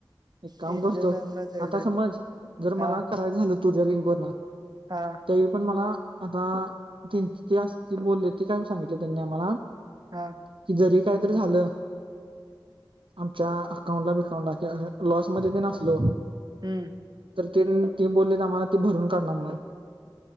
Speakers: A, on the right; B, on the right.
A: एक काम
B: एंजनला
A: करतो,
B: तेवढ्यात
A: आता समज जर
B: हा
A: मला कराय झालं तुझ्या लिंक वरन
B: हा
A: त्यावेळी पण मला आता आ ते चं ते आसं ते बोलले ते काय सांगितल त्यांनी आम्हाला
B: हां
A: की जरी काय तरी झालं आमच्या अकाउंटला बिकाऊंट लां लॉस मध्ये तेन आसलो,
B: हम्म
A: तर तेन ते बोललेत आम्हाला ते भरून काढणार म्हणून.